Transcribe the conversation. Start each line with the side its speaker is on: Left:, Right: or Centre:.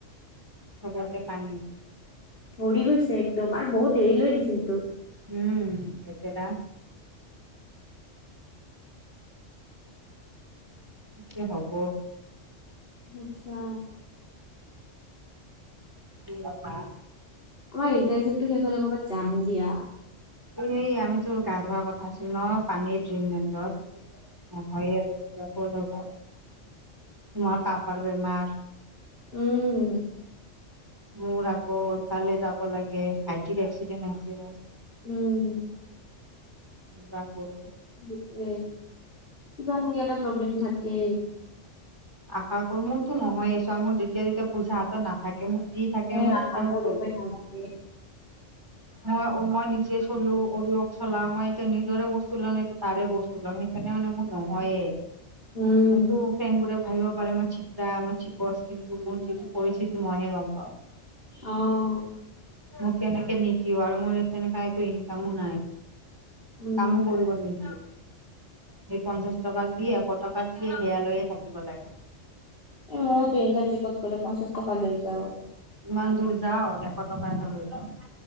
Right: চবতে পানী।
Left: ভৰি গৈছে একদম আৰু বহুত দেৰি লৈ দিছিল তো।
Right: উম একেটা। কি হব।
Left: আচ্ছা
Right: <unintelligible>
Left: আমাৰ ইণ্টাৰ্নশিপ টো শেষ হলে ক'ৰবাত যাম দিয়া।
Right: এই আমিতো গা ধোৱা কথা আছিল ন পানীৰ ড্ৰিমলেণ্ডত। অ হয় আৰু কেখ যাব, তোমাৰ পাপাৰ বেমাৰ
Left: উম।
Right: মোৰ আকৌ ইফালে যাব লাগে ভাইটিৰ এক্সিডেন্ট হৈছে।
Left: উম।
Right: কিবা কব।
Left: সেইটোয়ে কিবা নহয় এটা প্ৰব্লেম থাকে।
Right: আশা কৰো মোৰতো নহয়ে চোৱা মোৰ যেতিয়া যেতিয়া পইচা হাতত নাথাকে মোৰ যি থাকে
Left: এ
Right: মই
Left: আশা
Right: দুজন চলো।
Left: <unintelligible>
Right: মই মই নিজে চলো অৰিঅক চলাও মই এতিয়া নিজৰে বস্তু লওঁ নে এতিয়া তাৰে বস্তু লম। সেইকাৰণে মানে মোৰ নহয়ে
Left: উম
Right: সেইটো ফ্ৰেড বোৰে ভাবিব পাৰে মই চিকদা মই চিপচ কিন্তু মোৰ যিটো পিৰিছটিতি মই হে গম পাওঁ।
Left: অহ।
Right: মোক কেনেকে নিদিও আৰু মোৰ তেনেকা একো ইনকামো নাই।
Left: উম
Right: কামো কৰিব নিদিয়ে। সেই পঞ্চাশ টকাত দি এশ টকাত দিয়ে সেয়া লৈয়ে থাকিব লাগে।
Left: এ মই তো ইণ্টাৰ্নশ্বিপত গ'লে পঞ্চাশ টকা লৈ যাওঁ।
Right: ইমান দূৰ যাও এশ টকা এটা লৈ যাওঁ।